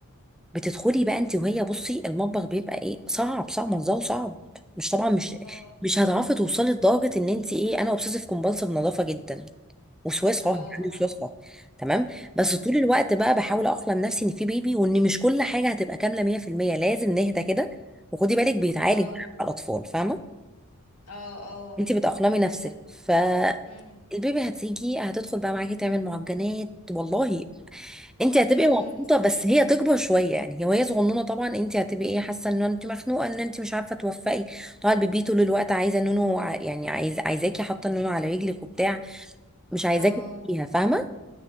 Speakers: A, in the centre; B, on the left (about 85°).
A: بتدخلي بقى انت وهي بصي المطبخ بيبقى ايه صعب صعب منظره صعب مش طبعا مش
B: اه
A: مش هتعرفي توصلي لدرجه ان انت ايه انا اوبسيسيف كومبالسيف نظافه جدا وسواس
B: اه
A: قهري عندي وسواس قهري تمام بس
B: اه
A: طول الوقت بقى بحاول اقلم نفسي ان في بيبي وان مش كل حاجه هتبقى كامله 100% لازم نهدى كده وخدي بالك بيتعالج
B: اه اه
A: على الاطفال فاهمه
B: اه اه
A: انت بتأقلمي نفسك
B: لا
A: فالبيبي
B: امم
A: هتيجي هتدخل بقى معاكي تعمل معجنات والله انت هتبقي
B: امم
A: مبسوطه بس هي تكبر شويه يعني هي وهي صغنونه طبعا انت هتبقي ايه حاسه ان انت مخنوقه ان انت مش عارفه توفقي طبعا البيبي طول الوقت عايزه نونو وع- يعني عايز عايزاكي حاطه النونو على رجلك وبتاع مش عايزاكي
B: اه
A: تبقيها فاهمه